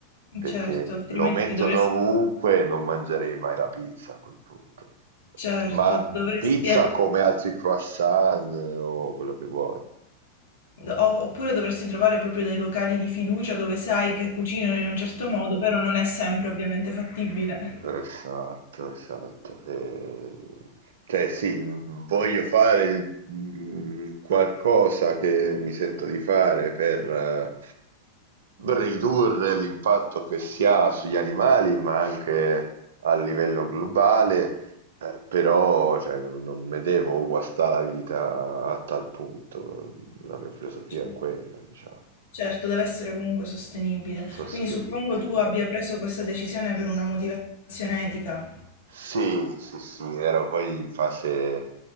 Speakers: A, on the right; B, on the left.
A: perché
B: Certo, altrimenti
A: lo mettono
B: dovresti,
A: ovunque e non mangerei mai la pizza a quel punto.
B: certo,
A: Ma
B: dovresti,
A: pizza come altri croissant eh, o quello che vuoi.
B: O- Oppure dovresti trovare proprio dei locali di fiducia dove sai che cucinano in un certo modo, però non è sempre ovviamente fattibile.
A: Esatto, esatto. Ehm, cioè sì, mhmm, voglio fare il mhmm, qualcosa che mi sento di fare per eh, ridurre l'impatto che si ha sugli animali, ma anche a livello globale, eh, però cioè, non, non mi devo guastare la vita a tal punto. La mia filosofia
B: Cioè,
A: è quella, diciamo,
B: Certo, deve essere comunque sostenibile.
A: sostenibile.
B: Quindi suppongo tu abbia preso questa decisione per una motivazione etica.
A: Sì, sì, sì, ero poi in fase